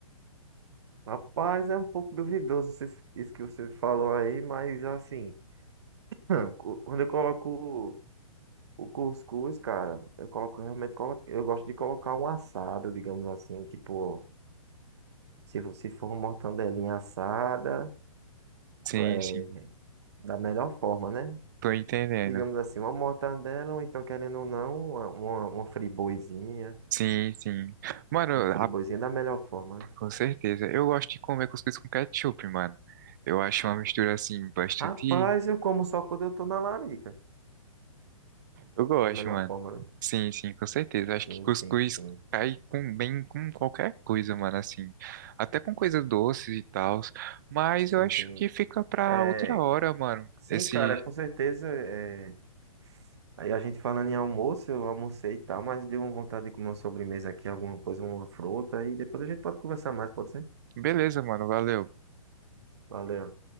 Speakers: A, on the right (about 50°); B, on the right (about 35°).
A: Rapaz, é um pouco duvidoso esse- isso que você falou aí, mas assim, <laughs> cu- quando eu coloco o o cuscuz, cara, eu coloco realmente, colo- eu gosto de colocar um assado, digamos assim, tipo Se você for uma mortandelinha assada,
B: Sim,
A: é,
B: sim.
A: da melhor forma, né?
B: Tô entendendo.
A: Digamos assim, uma mortandela, ou então, querendo ou não, uma, uma, uma friboizinha.
B: Sim, sim. Mano,
A: Uma friboizinha da melhor forma, né?
B: Com certeza. Eu gosto de comer cuscuz com ketchup, mano. Eu acho uma mistura assim bastante.
A: Rapaz, eu como só quando eu tô na larica.
B: Eu gosto,
A: Da melhor
B: mano.
A: forma, né?
B: Sim, sim, com certeza.
A: Sim,
B: Acho que cuscuz
A: sim, sim.
B: cai com bem com qualquer coisa, mano, assim. Até com coisas doces e tal. Mas
A: Sim,
B: eu acho
A: sim.
B: que fica pra
A: É,
B: outra hora, mano.
A: sim,
B: Esse.
A: cara, com certeza. é, Aí a gente falando em almoço, eu almocei e tal, mas deu uma vontade de comer uma sobremesa aqui, alguma coisa, uma fruta, e depois a gente pode conversar mais, pode ser?
B: Beleza, mano. Valeu.
A: Valeu.